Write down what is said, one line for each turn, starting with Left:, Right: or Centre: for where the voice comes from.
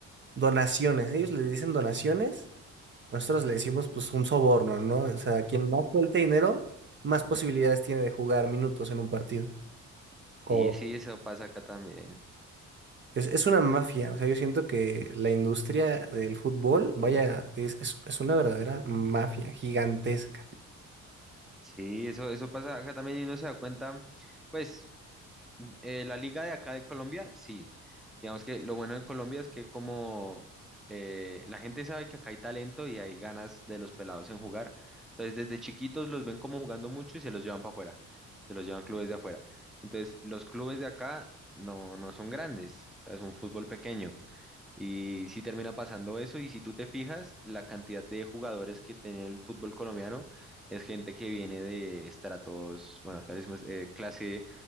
Right: donaciones. Ellos le dicen donaciones, nosotros le decimos pues un soborno, ¿no? O sea, quien más suelte dinero, más posibilidades tiene de jugar minutos en un partido.
Centre: sí,
Right: O
Centre: sí, eso pasa acá también.
Right: es, es una mafia, o sea, yo siento que la industria del fútbol, vaya, es, es, es una verdadera mafia gigantesca.
Centre: Sí, eso, eso pasa acá también y uno se da cuenta, pues Mm, eh, la liga de acá de Colombia, sí. Digamos que lo bueno en Colombia es que como eh, la gente sabe que acá hay talento y hay ganas de los pelados en jugar, entonces desde chiquitos los ven como jugando mucho y se los llevan para afuera, se los llevan clubes de afuera. Entonces los clubes de acá no, no son grandes, o sea, es un fútbol pequeño. Y si termina pasando eso, y si tú te fijas, la cantidad de jugadores que tiene el fútbol colombiano es gente que viene de estratos, bueno, acá le decimos, eh, clase,